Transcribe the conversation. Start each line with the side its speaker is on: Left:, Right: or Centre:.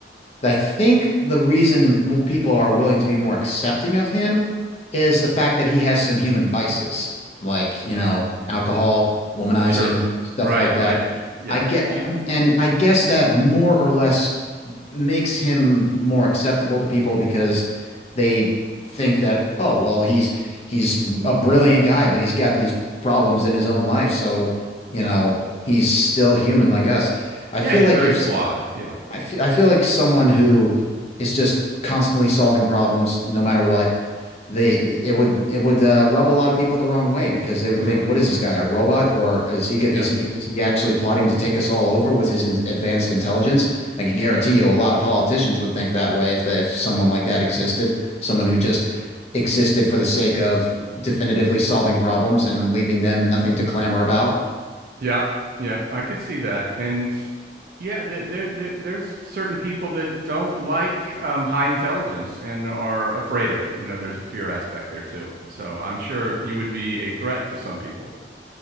Left: I think the reason mo people are willing to be more accepting of him is the fact that he has some human vices, like, you know, alcohol, womanizing,
Right: Sure.
Left: stuff
Right: Right.
Left: like that.
Right: Right. Yeah.
Left: I get,
Right: He's
Left: and I guess that more or less makes him more acceptable to people because they think that, oh, well, he's he's a brilliant guy, but he's got these problems in his own life, so, you know, he's still human like us. I
Right: yeah.
Left: feel
Right: He's
Left: like
Right: very
Left: if
Right: flawed. Yeah.
Left: I feel, I feel like someone who is just constantly solving problems, no matter what, they it would it would uh, rub a lot of people the wrong way because they would
Right: Mhm.
Left: think, what is this guy, a robot, or is he going
Right: Yeah,
Left: is he is he actually plotting to take us all over with his in advanced intelligence? I can guarantee
Right: yeah.
Left: you, a lot of politicians would think that way if the, if someone like that existed, someone who just existed for the sake of definitively solving problems and leaving them nothing to clamor about.
Right: Yeah, yeah, I could see that, and yeah, there there there there's certain people that don't like, um, high intelligence and are afraid of it, you know, there's a fear aspect there too, so I'm sure you would be a threat to some people.